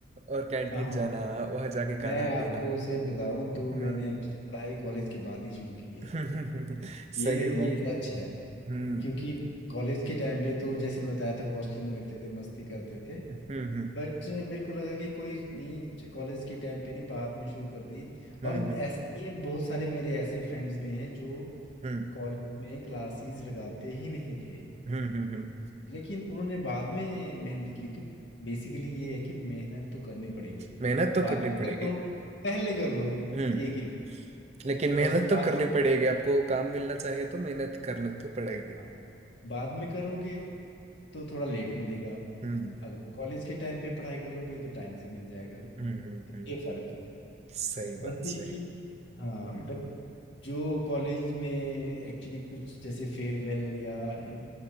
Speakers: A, on the right (about 35°); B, on the left (about 75°).
A: और कैंटीन
B: हाँ हाँ
A: जाना वहां जाके
B: मैं
A: खाना
B: आपको
A: पीना
B: से बताऊं तो
A: हम्म
B: मैंने एक्चुअली पढ़ाई कॉलेज के बाद ही शुरू की है
A: <laughs>
B: ये
A: सही बात
B: ये सच है
A: हम्म
B: क्योंकि कॉलेज के टाइम पे तो जैसे मैं बताया था हॉस्टल में रहते थे मस्ती करते थे
A: हम्म हम्म
B: बट मेरे को लगा कि कोई नहीं कॉलेज के टाइम पे नहीं बाद में शुरू कर दी
A: हम्म
B: और
A: हम्म
B: ऐसे
A: हम्म
B: नहीं है बहुत सारे मेरे ऐसे फ्रेंड्स भी हैं जो
A: हम्म।
B: कॉलेज में क्लासेस लगाते ही नहीं थे
A: हम्म, हम्म,
B: लेकिन उन्होंने बाद में मेहनत की तो बेसिकली ये है कि मेहनत तो करनी पड़ेगी
A: मेहनत तो
B: बाद
A: करनी
B: में
A: पड़ेगी
B: कर लो पहले कर लो
A: हम्म
B: एक ही
A: लेकिन मेहनत
B: बस
A: तो
B: बाद
A: करनी
B: में
A: पड़ेगी आपको काम मिलना चाहिए तो मेहनत करनी तो पड़ेगी
B: हाँ, बाद में करोगे तो थोड़ा लेट मिलेगा
A: हम्म
B: अगर कॉलेज के टाइम पे पढ़ाई कर लोगे तो टाइम से मिल जाएगा
A: हम्म हम्म
B: तो
A: हम्म।
B: ये फर्क है
A: सही
B: बस
A: बात
B: ये
A: सही
B: कि हाँ बट जो कॉलेज में एक्चुअली कुछ जैसे फेयरवेल या इन